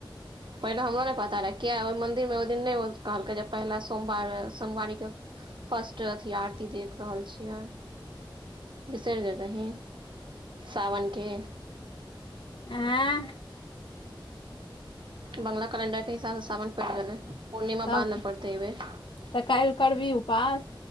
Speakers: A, on the right; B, on the left.
A: पहिले हमरो नैय पता रहै, किया ओय मंन्दिर मे ओय दिन नैय कहलकै जे पहिला सोमवार सोमवारी के फस्ट अथि आरती देख सहल छि आइ, बिसैर गेल रही सावन के
B: एैं
A: बंगला कैलंडर के हिसाब स सावन पैड़ गेलै। पूर्णिमा
B: तब
A: बाद मे पड़तै ऐय बेर
B: तऽ काल्हि करबही उपास